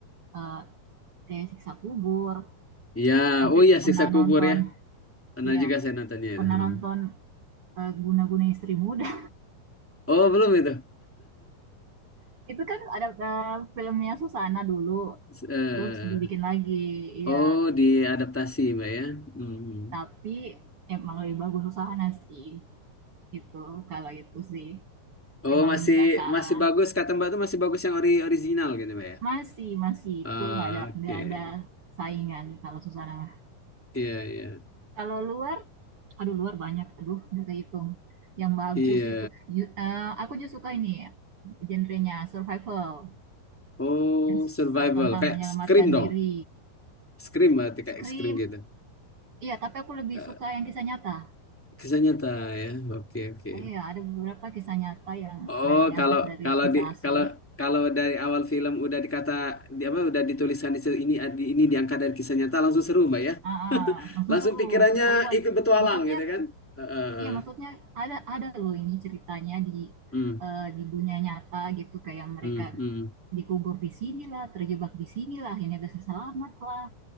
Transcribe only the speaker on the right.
eh, eh, Siksa Kubur
sampai
pernah
nonton
ya
pernah
nonton eh, Guna-Guna Istri Muda
<laughs> itu kan ada eh, filmnya Susana dulu
Terus dibikin lagi,
ya.
Tapi emang lebih bagus usaha sih, gitu. Kalau itu sih,
emang
nggak kalah.
Masih, masih
itu nggak ada,
nggak ada saingan kalau Susana mah.
Kalau luar, aduh luar banyak, aduh nggak kehitung. Yang bagus
itu, ju- eh, aku juga suka ini ya, genrenya survival,
yang s-
eh, tentang
menyelamatkan
diri.
Scream,
iya tapi aku lebih
suka yang kisah nyata.
Ah, Iya, ada beberapa kisah nyata yang
da- diangkat
dari
kisah
asli.
Ah, ah,
langsung
seru,
ketahuan.
Maksudnya,
iya maksudnya ada ada loh ini ceritanya di
eh, di dunia nyata gitu kayak mereka
dikubur di sini lah, terjebak di sini lah, ini ada selamat lah.